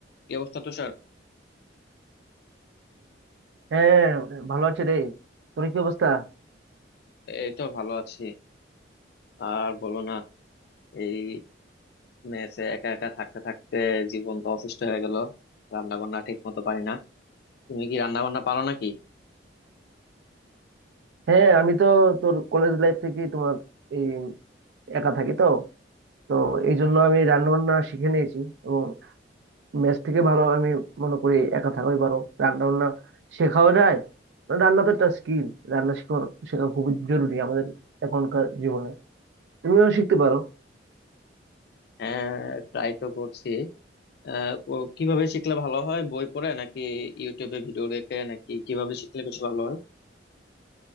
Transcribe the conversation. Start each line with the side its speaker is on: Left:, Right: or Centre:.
Left: কি অবস্থা তুষার
Right: হ্যাঁ ভালো আছে রে তোর কি অবস্থা
Left: এই তো ভালো আছি আর বলো না এই মেসে একা একা থাকতে থাকতে জীবনটা অসুস্থ হয়ে গেল রান্না বান্না ঠিক মতো পারি না তুমি কি রান্না বান্না পারো নাকি
Right: হ্যাঁ আমি তো তোর কলেজ লাইফ থেকে তোমার এই একা থাকি তো তো এই জন্য আমি রান্না বান্না শিখে নিয়েছি এবং মেস থেকে ভালো আমি মনে করি একা থাকাই ভালো রান্না বান্না শেখাও যায় রান্না তো একটা স্কিল রান্না শেখা শেখা খুবই জরুরি আমাদের এখনকার জীবনে তুমিও শিখতে পারো
Left: হ্যাঁ ট্রাই তো করছি আহ, ও- কিভাবে শিখলে ভালো হয় বই পড়ে নাকি ইউটিউবে ভিডিও দেখে নাকি কিভাবে শিখলে বেশি ভালো হয়